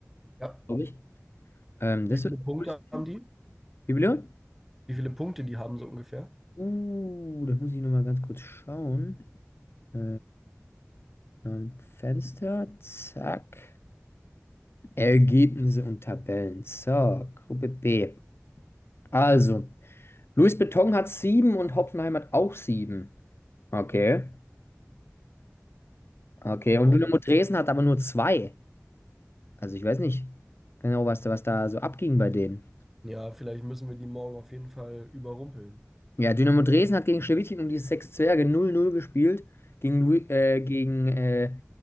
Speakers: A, in the centre; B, on the left.
A: ja.
B: Glaube ich. Ähm, das
A: Wie viele
B: wird
A: Punkte
B: ein cooles
A: haben
B: Ding.
A: die?
B: Wie bitte?
A: Wie viele Punkte die haben so ungefähr?
B: Uh, das muss ich nochmal ganz kurz schauen. Äh, neuen Fenster, zack. Ergebnisse und Tabellen. So, Gruppe B. Also, Louis Beton hat sieben und Hoffenheim hat auch sieben. Okay. Okay,
A: Und,
B: und Dynamo Dresden hat aber nur zwei. Also, ich weiß nicht genau, was da, was da so abging bei denen.
A: ja, vielleicht müssen wir die morgen auf jeden Fall überrumpeln.
B: Ja, Dynamo Dresden hat gegen Schlewetin und die Sechs Zwerge 0-0 gespielt. Gegen, Lu- äh, gegen, äh,